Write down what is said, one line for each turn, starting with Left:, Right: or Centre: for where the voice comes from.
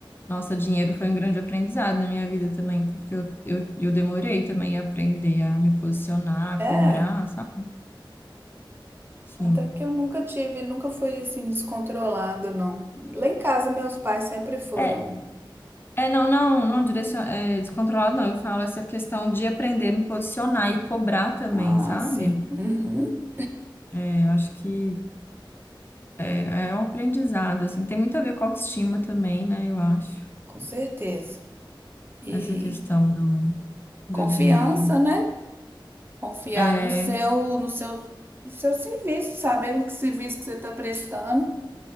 Left: Nossa, dinheiro foi um grande aprendizado na minha vida também, porque eu, eu, eu demorei também a aprender a me posicionar, a
Right: é,
Left: cobrar, sabe? Sim.
Right: até que eu nunca tive, nunca fui assim descontrolada, não. Lá em casa meus pais sempre foram
Left: É, é não, não, não direcion... é, descontrolado, não. Eu falo essa questão de aprender a me posicionar e cobrar também,
Right: ah,
Left: sabe?
Right: sim, uhum,
Left: É, eu acho que é, é um aprendizado, assim. Tem muito a ver com a autoestima também, né? Eu acho.
Right: com certeza. E
Left: Essa questão do, do
Right: confiança,
Left: dinheiro.
Right: né? Confiar
Left: É,
Right: no seu, no seu, no seu serviço, saber o que serviço que você está prestando